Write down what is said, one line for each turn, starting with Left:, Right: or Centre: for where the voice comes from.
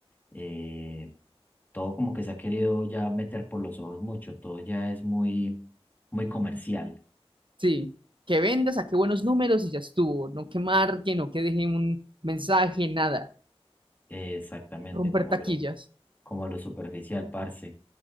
Left: Eh, todo como que se ha querido ya meter por los ojos mucho, todo ya es muy, muy comercial,
Right: Sí, que venda, saque buenos números y ya estuvo. No que marque, no que deje un mensaje, nada.
Left: eh, exactamente,
Right: Romper
Left: como
Right: taquillas.
Left: lo, como lo superficial, parce.